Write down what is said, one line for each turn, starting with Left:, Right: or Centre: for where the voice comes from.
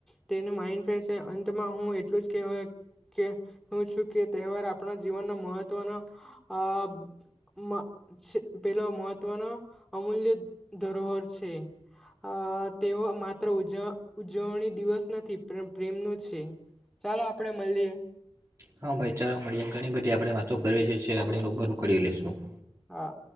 Centre: તેનું માઇન્ડ ફેશ છે અંતમાં હું એટલું જ કે હોય કે હું છું કે તહેવાર આપણા જીવનનો મહત્વનો આ મ પેલા મહત્વના અમૂલ્ય ધરોહર છે. અ તેઓ માત્ર ઉજ ઉજવણી દિવસ નથી પણ પ્રેમનું છે. ચાલો આપડે મળીએ.
Right: હા ભાઈ ચાલવા મળી ઘણી બધી આપણે વાતો કરીએ છેએ આપણે <unintelligible> કરીડી લેશું.
Centre: હા